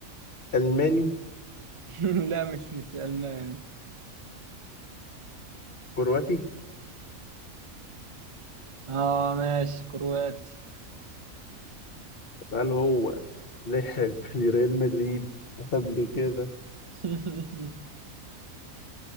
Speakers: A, on the left; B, on the right.
A: ألماني
B: <laughs> لا مش مش ألماني
A: كرواتي
B: اه ماشي كرواتي
A: طب هل هو لعب <laughs> لريال مدريد قبل كده
B: <laughs>